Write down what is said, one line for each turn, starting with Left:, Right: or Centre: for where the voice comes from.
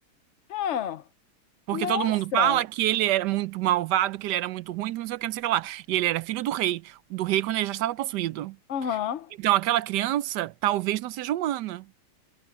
Left: hum,
Right: Porque
Left: nossa.
Right: todo mundo fala que ele era muito malvado, que ele era muito ruim, que não sei o que, não sei o que lá. E ele era filho do rei, do rei quando ele já estava possuído.
Left: Aham.
Right: Então aquela criança talvez não seja humana.